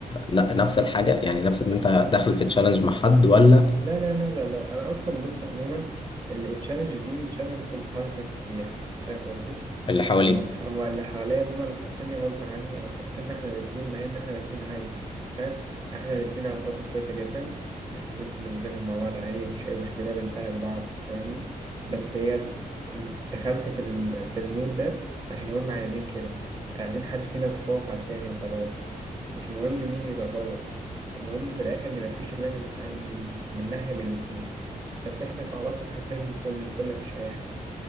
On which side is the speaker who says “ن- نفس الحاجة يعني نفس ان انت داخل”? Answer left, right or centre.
Left